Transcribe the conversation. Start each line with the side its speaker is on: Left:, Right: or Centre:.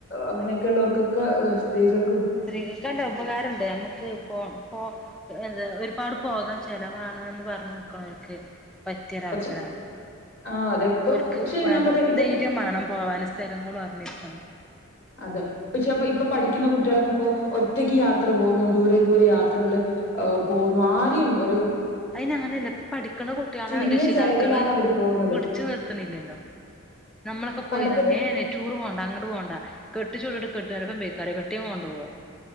Left: അങ്ങനെയൊക്കെ ഉള്ളവർക്കൊക്കെ സ്ത്രീകൾ
Centre: സ്ത്രീകൾക്ക് <unintelligible> ഉപകാരണ്ട് നമ്മക്ക് പോൻ പോ എന്താ ഒരുപാട് പോകാൻ ചെലവാണ് എന്ന് പറഞ്ഞ് നിക്കണൊര്ക്ക് പറ്റിയൊരു
Left: പക്ഷെ
Centre: അവസരാണ്.
Left: ആ അതെ ഇപ്പൊ
Centre: ഓർക്ക്
Left: പക്ഷെ
Centre: വേണ്ടട,
Left: ഞാൻ പറയാ ഇപ്പൊ
Centre: ധൈര്യം വേണം പോവാന് സ്ഥലങ്ങളും അറിഞ്ഞിരിക്കണം
Left: അതെ ഇപ്പ ചെലപ്പോ ഇപ്പ പഠിക്കുന്ന കുട്ടികളൊക്കെ ഇപ്പോ ഒറ്റയ്ക്ക് യാത്ര പോകുന്നു ദൂരെ ദൂരെ യാത് <unintelligible> ഏഹ് പോകുന്നു ആരെയും ഒര്
Centre: അയിന് അങ്ങനെയല്ല ഇപ്പൊ പഠിക്കണ കുട്ട്യള
Left: ചുരുങ്ങിയ
Centre: രക്ഷിതാക്കള്
Left: ചെലവിലാണ് അവര് പോകുന്നത്
Centre: പിടിച്ചു നിർത്തണില്ലല്ലോ. നമ്മളൊക്കെ പോയി
Left: പണ്ടത്തെ
Centre: <unintelligible> നീ ടൂറ് പോവണ്ട അങ്ങട് പോവണ്ട കെട്ടിച്ചു വിട്ടിട്ട് കെട്ട്യോന്റെ ഒപ്പം പൊയ്ക്കോ ആര് കെട്ട്യോൻ കൊണ്ടൊവൊ